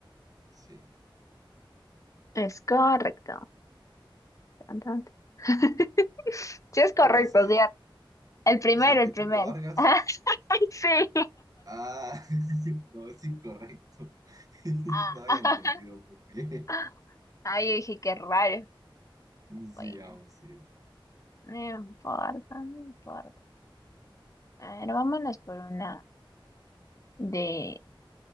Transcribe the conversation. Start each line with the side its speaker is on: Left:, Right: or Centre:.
Right: Sí.
Left: es correcto. Cantante. <laughs> Sí, es correcto,
Right: ¿Cómo así?
Left: sí. El primero,
Right: O sea, Getúlio
Left: el primero.
Right: Vargas.
Left: <laughs> Sí.
Right: Ah, <laughs> no es incorrecto. <laughs>
Left: Ah,
Right: No había entendido muy bien.
Left: <laughs> Ay, yo dije, qué raro.
Right: Sí,
Left: Bueno,
Right: aún sí.
Left: no importa, no importa. A ver, vámonos por una de...